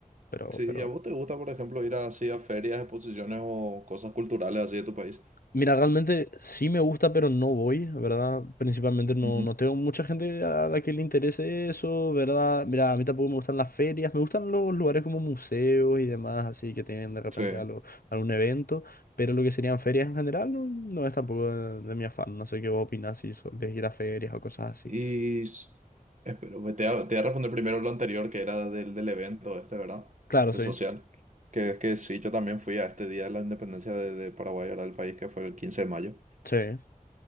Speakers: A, on the left; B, on the right.
A: Pero,
B: Sí,
A: pero,
B: ¿y a vos te gusta, por ejemplo, ir así a ferias, exposiciones o cosas culturales así de tu país?
A: Mira, realmente sí me gusta, pero no voy, ¿verdad? Principalmente no,
B: Ujú.
A: no tengo mucha gente a la que le interese eso, ¿verdad? Mira, a mí tampoco me gustan las ferias, me gustan los lugares como museos y demás, así que tienen de repente
B: Sí.
A: algo, algún evento, pero lo que serían ferias en general no, no es tampoco de, de mi afán, no sé qué vos opinás si sos de ir a ferias o cosas así.
B: Y s- espero, me- te voy a, te voy a responder primero lo anterior, que era del, del evento este, ¿verdad?
A: Claro,
B: De
A: sí,
B: social. Que es que sí, yo también fui a este día de la independencia de, de Paraguay, ¿verdad? Del país, que fue el 15 de mayo.
A: sí,